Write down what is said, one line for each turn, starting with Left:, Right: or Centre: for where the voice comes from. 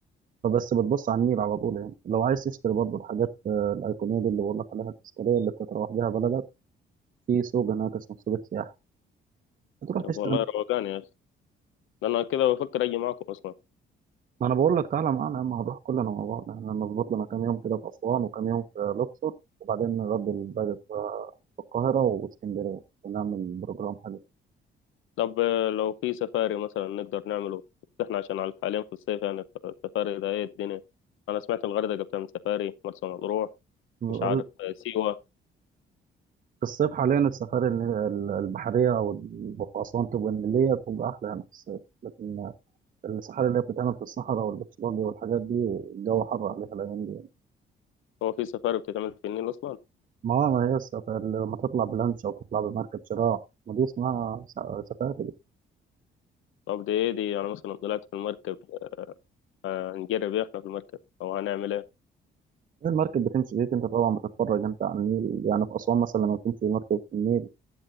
Right: فبس بتبص على النيل على طول يعني لو عايز تشتري برضو الحاجات آه، الايقونيه دي اللي بقول لك عليها التذكاريه اللي بتتروح بيها بلدك في سوق هناك اسمه سوق السياحة بتروح تشتري
Left: طب والله
Right: منه
Left: روقان يا أخي ده أنا كده بفكر أجي معاكم أصلا
Right: ما انا بقول لك تعالى معانا يا عم هنروح كلنا مع بعض احنا نظبط لنا كام يوم كده في اسوان وكام يوم في الاقصر وبعدين نرد الباقي في في القاهرة واسكندرية ونعمل بروجرام حلو
Left: طب آه، لو في سفاري مثلا نقدر نعمله إحنا عشان على حاليا في الصيف يعني السفاري ده إيه الدنيا أنا سمعت الغردقة بتعمل سفاري مرسى مطروح
Right: بقول-
Left: مش عارف آه، سيوة
Right: في الصيف حاليا السفاري الن- ال- البحرية أو ال- في أسوان تبقى النيلية تبقى أحلى يعني في الصيف لكن السفاري اللي هي بتتعمل في الصحراء والبترولي والحاجات دي الجو حر عليها الأيام دي يعني.
Left: هو في سفاري بتتعمل في النيل أصلا
Right: ما هو ما هي السفاري لما تطلع بلانش أو تطلع بمركب شراع ما دي اسمها س- سفاري
Left: طب دي إيه دي أنا مثلا طلعت في المركب آه، آه، هنجرب إيه إحنا في المركب أو هنعمل إيه
Right: المركب بتمشي بيك انت طبعا بتتفرج انت على النيل يعني في اسوان مثلا لما بتمشي مركب في النيل